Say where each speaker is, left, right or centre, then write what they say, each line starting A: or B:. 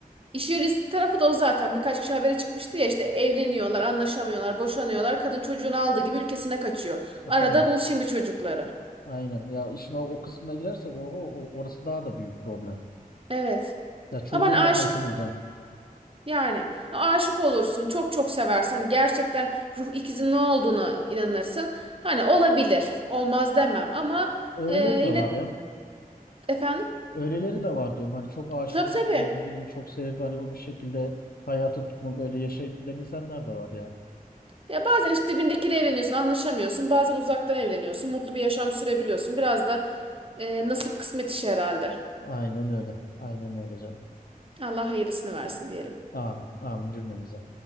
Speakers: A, on the right; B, on the left.
A: İşin riskli tarafı da o zaten. Birkaç kişi habere çıkmıştı ya işte evleniyorlar, anlaşamıyorlar, boşanıyorlar. Kadın çocuğunu aldığı gibi ülkesine kaçıyor.
B: E
A: Arada
B: tabii.
A: bul şimdi çocukları.
B: Aynen. Ya işin o, o kısmına girersek oho, o- orası daha da büyük problem.
A: Evet.
B: Ya çocuğunu
A: Ama hani aşık
B: da nasıl bulacaksın?
A: yani aşık olursun, çok çok seversen hani gerçekten ruh ikizinin ne olduğunu inanırsın. Hani olabilir, olmaz demem ama
B: Öyleleri
A: e,
B: de
A: yine
B: var ya.
A: efendim
B: Öyleleri de var diyorum. Hani çok aşık
A: tabii
B: olup
A: tabii.
B: böyle birbirini çok sevip hani o bir şekilde hayata tutunup öyle yaşayıp giden insanlar da var yani.
A: Ya bazen işte dibindekiyle evleniyorsun, anlaşamıyorsun. Bazen uzaktan evleniyorsun, mutlu bir yaşam sürebiliyorsun. Biraz da e, nasip kısmet işi herhalde.
B: Aynen öyle. Aynen öyle canım.
A: Allah hayırlısını versin diyelim.
B: Amin. Amin cümlemize.